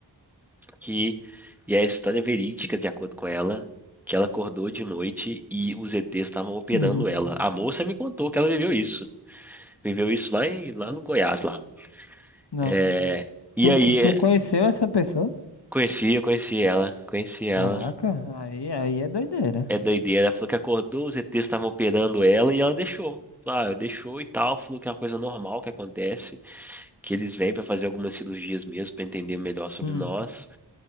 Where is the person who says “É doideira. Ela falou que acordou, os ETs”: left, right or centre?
Centre